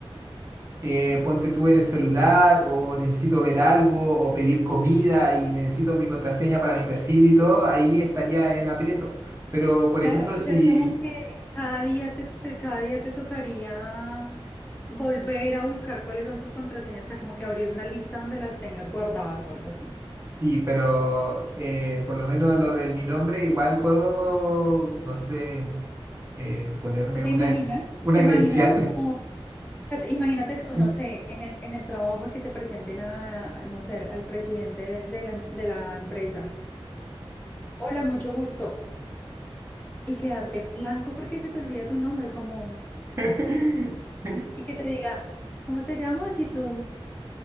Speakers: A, on the right; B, on the left.
A: eh, ponte tú en el celular o necesito ver algo o pedir comida y necesito mi contraseña para mi perfil y todo, ahí estaría en aprieto. Pero, por
B: Claro,
A: ejemplo, si...
B: o sea, es como que cada día te, te- cada día te tocaría volver a buscar cuáles son tus contraseñas, o sea, como que abrir una lista donde las tengas guardadas o algo así.
A: Sí, pero eh, por lo menos lo de mi nombre, igual puedo, no sé, eh, ponerme
B: Es que te
A: una,
B: imaginas,
A: una
B: te
A: credencial.
B: imaginas como, o sea, te- imagínate tú, no
A: <laughs>
B: sé, en el, en el trabajo que te presenten a, no sé, al, al presidente de de la, em- de la empresa. Hola, mucho gusto. Y quedarte en blanco porque se te olvida tu nombre, como...
A: <laughs>
B: y que te diga, ¿cómo te llamas? Y tú,